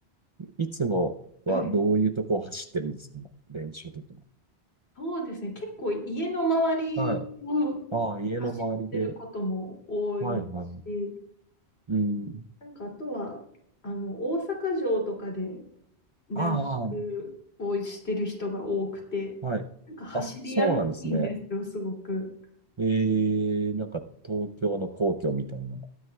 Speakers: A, on the right; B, on the left.
A: いつもはどういうとこを走ってるんですか練習的に。
B: た。<laughs> はい。そうですね。結構家の周りを
A: はい。ああ、家の周りで。
B: 走ってることも多いし、
A: はい、はい。うん。
B: なんかあとはあの大阪城とかでランニングをしてる人が多くて、
A: ああ、はい。
B: なんか走りやすいんですよ、
A: あ、そうなんですね。
B: すごく。
A: ええなんか東京の皇居みたいな